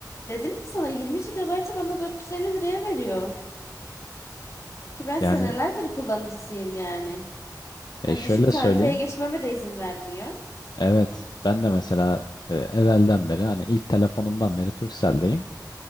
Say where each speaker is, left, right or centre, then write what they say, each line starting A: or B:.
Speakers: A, on the left; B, on the left.
A: Dedim ya sana 20 gigabaytı bana 450 liraya veriyor. Ki ben
B: Yani
A: senelerdir kullanıcısıyım yani.
B: e,
A: Hani
B: şöyle
A: düşük tarifeye
B: söyleyeyim.
A: geçmeme de izin vermiyor.
B: Evet ben de mesela e, evvelden beri hani ilk telefonumdan beri Turkcell'deyim.